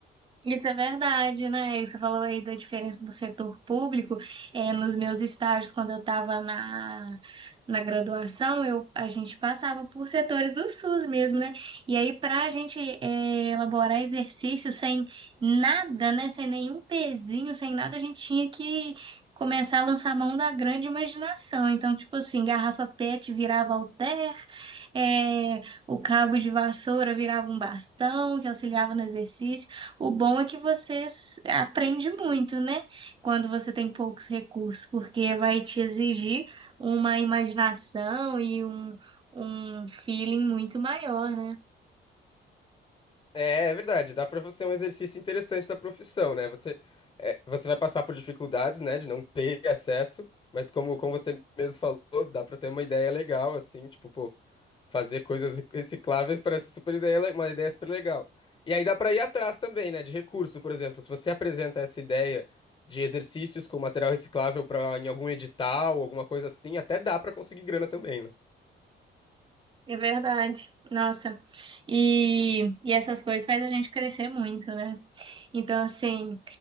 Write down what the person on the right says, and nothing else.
Isso é verdade, né? Você falou aí da diferença do setor público. É, nos meus estágios, quando eu estava na, na graduação, eu, a gente passava por setores do SUS mesmo, né? E aí, para a gente é, elaborar exercício sem nada, né? Sem nenhum pezinho, sem nada, a gente tinha que começar a lançar mão da grande imaginação. Então, tipo assim, garrafa PET virava halter, é, o cabo de vassoura virava um bastão que auxiliava no exercício. O bom é que você s- aprende muito, né? Quando você tem poucos recursos, porque vai te exigir uma imaginação e um, um feeling muito maior, né?
É verdade. Nossa. E, e essas coisas faz a gente crescer muito, né? Então, assim,